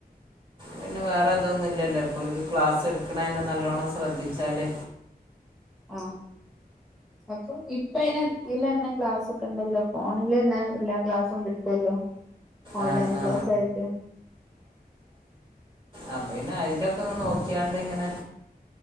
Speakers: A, on the right; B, in the centre.
A: പിന്നെ വേറെ അതൊന്നുംല്ലല്ലോ ഇപ്പോക്ക് ക്ലാസ് എടുക്കണെ നല്ലോണ്ണം ശ്രദ്ധിച്ചാല്
B: ആഹ അപ്പൊ ഇപ്പ അനെ ഇൽന്നെ ക്ലാസ്സ ഒക്കെ ഉണ്ടല്ലോ ഫോണില്ന്നെ എല്ലാ ക്ലാസ്സും കിട്ടല്ലോ ഓൺലൈൻ
A: ആ ആ
B: ക്ലാസ് ആയിട്ട
A: അപ്പ പിന്നെ അതിലൊക്കെങ് നോക്കിയാണ്ട് ഇങ്ങനെ